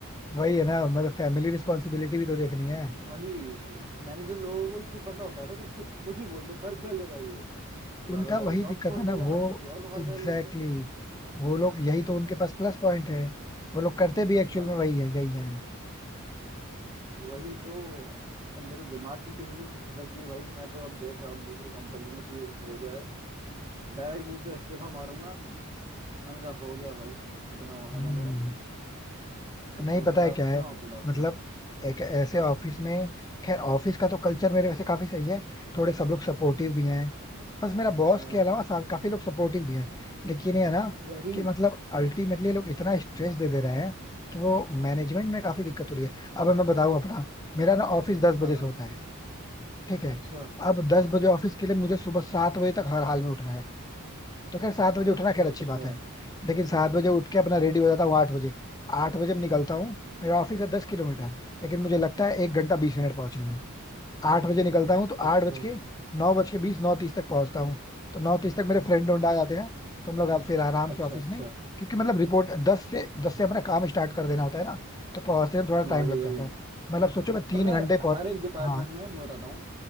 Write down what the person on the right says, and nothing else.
वही मैनेजर लोगों को ये पता होता है ना कि इसको कुछ भी बोल दो कर क्या लेगा ये ज्यादा
से ज्यादा
जॉब छोड़
देगा
हम किसी और को हायर
कर लेंगे
हाँ
वही तो अब मेरे दिमाग की किसी दिन खिसक गई भाई मैं तो अब देख रहा हूँ दूसरी कंपनी में कि हो जाए डायरेक्ट मुंह पे इस्तीफा मारूंगा मैंने कहा हो गया भाई जितना होना
था मेरा अब
तुम अपने
रास्ते
हम अपने रास्ते
हाँ
वही
हाँ
हाँ,
अच्छा
अच्छा
अच्छा
अच्छा
अच्छा
अच्छा
वही
वही
पता
है
हर एक डिपार्टमेंट
में मैं बताता हूँ